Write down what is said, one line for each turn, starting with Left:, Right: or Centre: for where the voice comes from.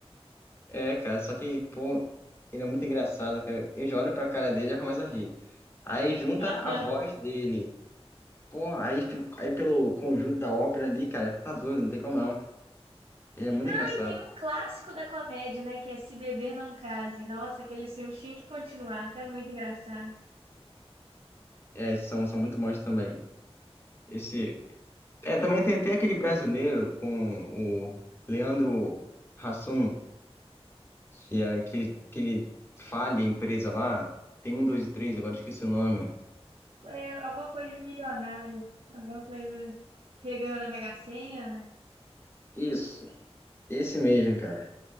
Left: É, cara, só que, pô, ele é muito engraçado, cara. Eu já olho pra cara dele e já começo a rir. Aí junta
Right: Aham.
Left: a voz dele. Pô, aí, fi- aí pelo conjunto da ópera ali, cara, tá doido, não tem como não. Ele é muito
Right: Ah,
Left: engraçado.
Right: e tem um clássico da comédia, né? Que é Se Beber Não Case. Nossa, aquele filme tinha que continuar, que é muito engraçado.
Left: É, esses são, são muito bons também. Esse. É, também tem até aquele brasileiro com o Leandro Hassum, que é aquele, aquele falha empresa lá. Tem um, dois e três, agora eu esqueci o nome.
Right: É alguma coisa de milionário, alguma coisa que ele ganhou na Mega Sena.
Left: Isso, esse mesmo, cara.